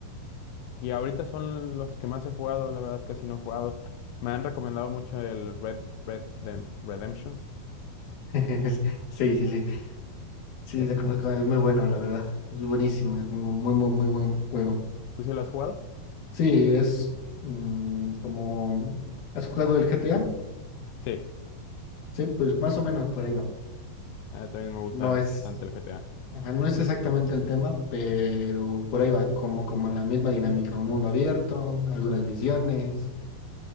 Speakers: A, on the left; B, on the left.
A: y ahorita son los que más he jugado, la verdad casi no he jugado, me han recomendado mucho el Red, Red Dem- Redemption,
B: <laughs> Sí, sí, sí. Sí,
A: Eh,
B: lo conozco. Es muy bueno, la verdad. Es buenísimo. Es un muy, muy, muy buen juego.
A: ¿tú sí lo has jugado?
B: Sí, es mm, como... ¿Has jugado el GTA?
A: Sí,
B: Sí, pues más o menos por ahí va.
A: Ah, también me gusta
B: No es...
A: bastante el GTA,
B: ajá, no es exactamente el tema, pero por ahí va. Como, como la misma dinámica. Un mundo abierto, algunas misiones.